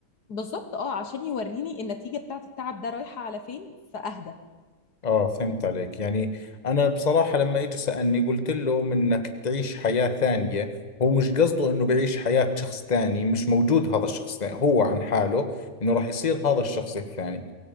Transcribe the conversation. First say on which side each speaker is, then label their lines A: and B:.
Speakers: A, on the left; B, on the left.
A: بالظبط اه عشان يوريني النتيجه بتاعت التعب ده رايحه على فين فاهدى
B: اه فهمت عليك يعني انا بصراحة لما اجى سألني قلت له منك تعيش حياة ثانية هو مش قصده انه بعيش حياة شخص ثاني مش موجود هذا الشخص ثاني. هو عن حاله انه راح يصير هذا الشخص الثاني